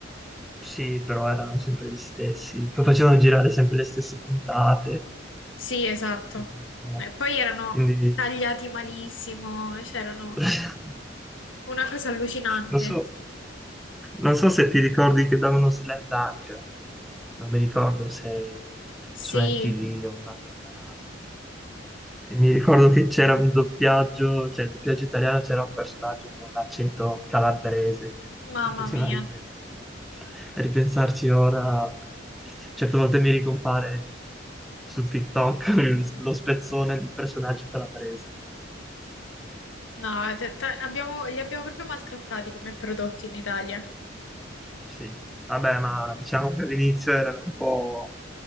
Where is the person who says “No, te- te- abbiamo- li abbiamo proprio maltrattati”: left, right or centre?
Left